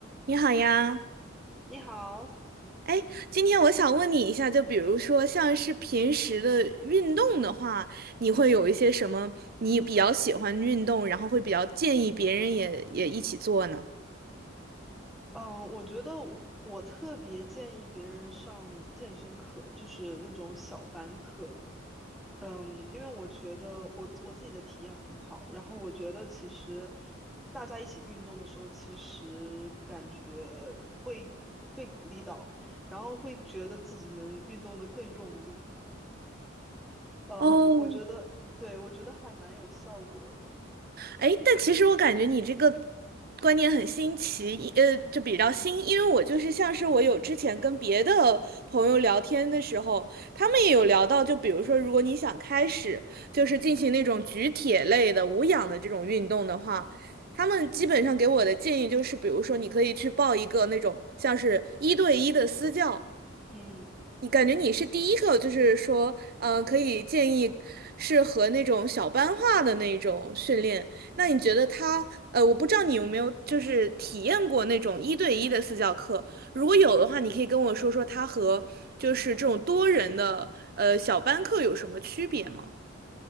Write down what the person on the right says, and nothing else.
你好呀，
哎，今天我想问你一下，就比如说像是平时的运动的话，你会有一些什么你比较喜欢运动，然后会比较建议别人也也一起做呢？
哦，
哎，但其实我感觉你这个观念很新奇，一呃，就比较新，因为我就是像是我有之前跟别的朋友聊天的时候，他们也有聊到，就比如说，如果你想开始就是进行那种举铁类的无氧的这种运动的话，他们基本上给我的建议就是，比如说你可以去报一个那种像是一对一的私教。
你感觉你是第一个，就是说，嗯、可以建议适合那种小班化的那种训练。那你觉得他，呃，我不知道你有没有就是体验过那种一对一的私教课，如果有的话，你可以跟我说说他和就是这种多人的呃小班课有什么区别吗？